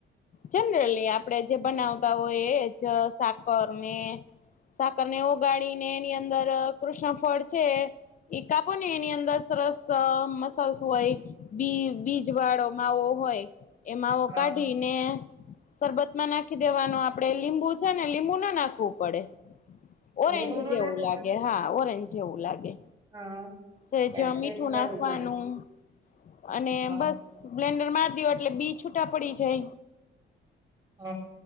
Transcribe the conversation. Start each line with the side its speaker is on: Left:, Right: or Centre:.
Left: જનરલી આપણેે જે બનાવતા હોય એ જ સાકર ને સાકરને ઓગાળીને એની અંદર કૃષ્ણફળ છે કાપો ને એની અંદર સરસ <unintelligible> હોય બી બીજ વાળો માવો હોય એ માવો
Right: હા
Left: કાઢીને શરબતમાં નાખી દેવાનું આપડે લીંબુ છે ને લીંબુ ના નાખવું પડે ઓરેન્જ
Right: લેબુ નો
Left: જેવું
Right: નાખવું
Left: લાગે
Right: પડે
Left: હા ઓરેન્જ જેવું લાગે.
Right: હા
Left: સેજ
Right: ત્યારે ટેસ્ટ
Left: મીઠું
Right: કરવું
Left: નાખવાનું
Right: પડશે.
Left: અને
Right: હા
Left: બસ બ્લેન્ડર માર દિયો.. એટલે બી છૂટા પડી જાય.
Right: હ..